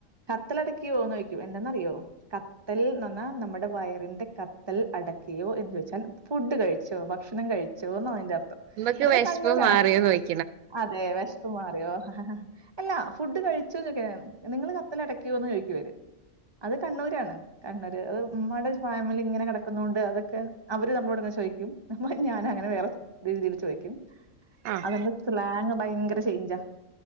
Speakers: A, on the right; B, on the right.
A: കത്തൽ അടക്കിയോന്ന് യിക്കും എന്തന്നറിയോ, കത്തൽ നന്നാ നമ്മടെ വയറിന്റെ കത്തൽ അട ക്കിയോ എന്ന് ചോയ്ച്ചാൽ ഫുഡ് കഴിച്ചോ ഭക്ഷണം കഴിച്ചോ ന്നാ അയ്ന്റെ അർത്ഥം.
B: മ്മക്ക്
A: അതൊക്കെ
B: വെഷ്പ്
A: കണ്ണൂരാ
B: മാറിയോന്നൊയ്
A: അതെ വെഷ്പ് മാറിയോ അല്ലാ ഫുഡ് കഴി ച്ചു ന്നൊക്കെയാണ് നിങ്ങള് കത്തലടയ്ക്കോന്ന് ചോയിക്കും അവര് അത് കണ്ണൂരാണ്. കണ്ണൂര് അത് ഉമ്മാടെ ഒരു ഫാമിലി ഇങ്ങനെ കിടക്കുന്നൊണ്ട്, അതൊക്കെ അവര് നമ്മളോട്ങ്ങനെ ചോയിക്കും. നമ്മ ഞാനങ്ങനെ വേറെ രീതിയിൽ ചോയ്ക്കും.
B: ആഹ്
A: അവര്ന്റെ സ്ലാങ് ഭയങ്കര ചെയിഞ്ചാ.